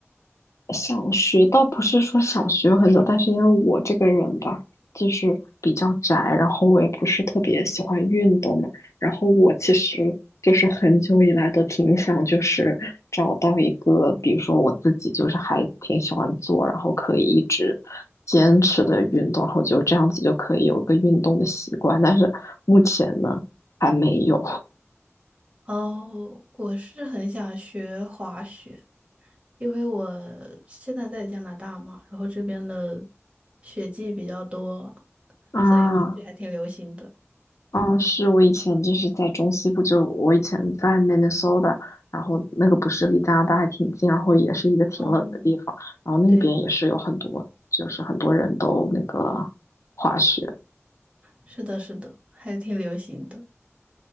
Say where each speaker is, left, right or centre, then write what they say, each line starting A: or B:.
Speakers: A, on the left; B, on the right.
A: 想学倒不是说想学很久，但是因为我这个人吧，就是比较宅，然后我也不是特别喜欢运动嘛，然后我其实就是很久以来都挺想就是找到一个，比如说我自己就是还挺喜欢做，然后可以一直坚持的运动，然后就这样子就可以有一个运动的习惯，但是目前呢还没有
B: 哦，我是很想学滑雪，因为我现在在加拿大嘛，然后这边的雪季比较多，
A: 啊。
B: 所以滑雪还挺流行的。
A: 哦，是我以前就是在中西部，就我以前在 Minnesota，然后那个不是离加拿大还挺近，然后也是一个挺冷的地方，
B: 哦，
A: 然后那边也是有很多，
B: 对的，
A: 就是很多人都那个滑雪。
B: 是的，是的，还挺流行的。